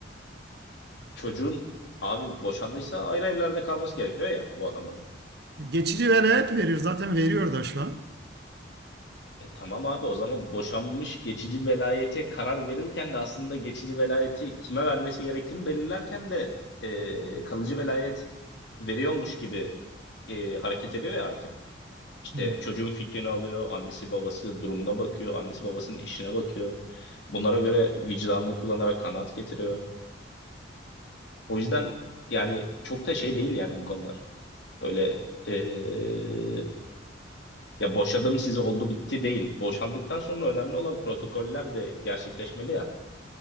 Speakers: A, on the left; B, on the right.
A: çocuğun abi boşandıysa ayrı evlerde kalması gerekiyor ya bu adamların.
B: Geçici velayet verir. Zaten veriyor da şu an.
A: E tamam abi o zaman boşanmış geçici velayete karar verirken de aslında geçici velayeti kime vermesi gerektiğini belirlerken de e, kalıcı velayet veriyormuş gibi e, hareket ediyor ya hakim. İşte
B: Hı.
A: çocuğun fikrini alıyor, annesi babası durumuna bakıyor, annesi babasının işine bakıyor. Bunlara göre vicdanını kullanarak kanaat getiriyor. O yüzden yani çok da şey değil yani bu konular. Öyle e, Ya boşadım sizi oldu bitti değil. Boşandıktan sonra önemli olan protokoller de gerçekleşmeli ya.